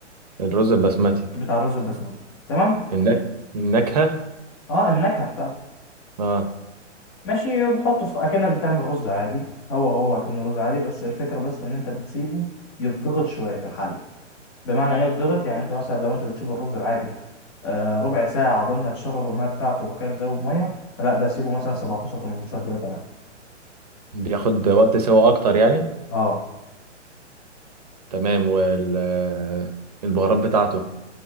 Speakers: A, on the right (about 35°); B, in the centre.
A: الرز البسمتي
B: بتاع الرز البسمتي تمام
A: النك... النكهة
B: اه النكهة بتاعته
A: اه
B: ماشي وبتحطه في اكنك بتعمل رز عادي هو هو اكنه رز عادي بس الفكره بس ان انت بتسيبه يتضغط شويه في الحله بمعنى ايه يتضغط يعني انت مثلا لو انت بتسيب الرز العادي آه ربع ساعه عقبال ما يتشرب الميه بتاعته وبعد كده تزود ميه لا ده سيبه مثلا 17 18 دقيقه كمان
A: بياخد وقت سوا أكتر يعني
B: اه
A: تمام والبهارات بتاعته